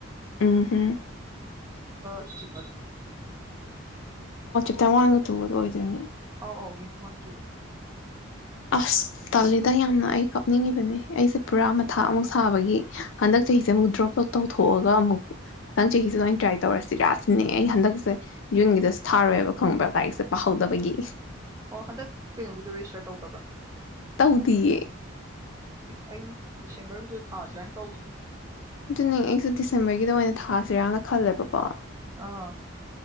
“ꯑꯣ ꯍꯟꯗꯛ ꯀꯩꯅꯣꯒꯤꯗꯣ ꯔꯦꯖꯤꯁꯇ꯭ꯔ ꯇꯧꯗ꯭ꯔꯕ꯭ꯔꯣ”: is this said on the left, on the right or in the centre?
Right